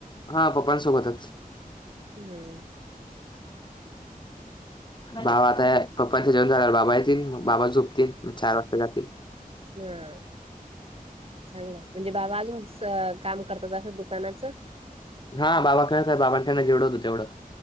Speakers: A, on the left; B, on the right.
A: हा पप्पांसोबतच.
B: हम्म
A: बाबा आता पप्पांच्या जेवण झाला बाबा येतील बाबा झोप- तीलमग चार वाजता जातील.
B: हा चांगलं म्हणजे बाबा अजून काम करतात असं दुकानाचं?
A: हा बाबा करतात बाबां कडण जेवढ होत तेवढं.